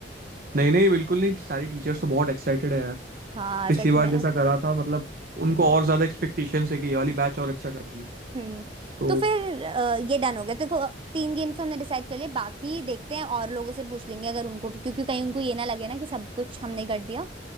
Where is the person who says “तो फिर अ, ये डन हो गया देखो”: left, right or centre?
Right